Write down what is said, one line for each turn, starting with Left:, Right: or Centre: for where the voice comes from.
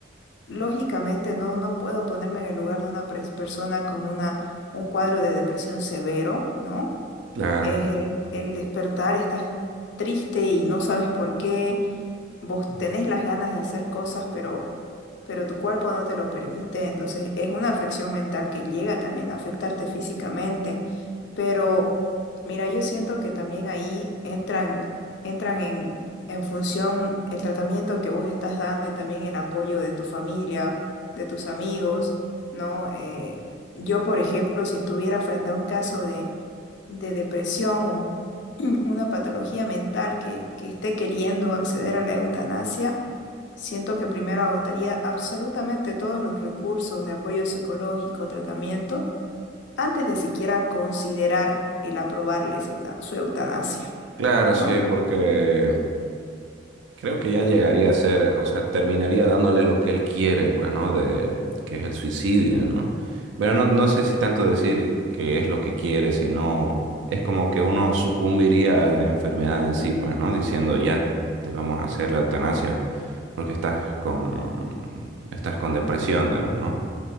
Left: Lógicamente no, no puedo ponerme en el lugar de una pres- persona con una, un cuadro de depresión severo, ¿no?
Right: Claro,
Left: Es el, el despertar, estás triste y no sabes por qué, vos tenés las ganas de hacer cosas, pero pero tu cuerpo no te lo permite, entonces es una afección mental que llega también a afectarte físicamente, pero mira, yo siento que también ahí entran, entran en, en función el tratamiento que vos estás dando y también el apoyo de tu familia, de tus amigos, ¿no? Eh, yo, por ejemplo, si estuviera frente a un caso de, de depresión o <clears throat> una patología mental que, que esté queriendo acceder a la eutanasia, Siento que primero agotaría absolutamente todos los recursos de apoyo psicológico, tratamiento, antes de siquiera considerar el aprobarle su, euta- su eutanasia,
Right: claro,
Left: ¿no?
Right: sí, porque Creo que ya llegaría a ser, o sea, terminaría dándole lo que él quiere, pues, ¿no? De que es el suicidio, ¿no? Pero no, no sé si tanto decir que es lo que quiere, sino es como que uno sucumbiría a la enfermedad en sí, pues, ¿no? Diciendo, ya te vamos a hacer la eutanasia porque estás con, estás con depresión, digamos, ¿no?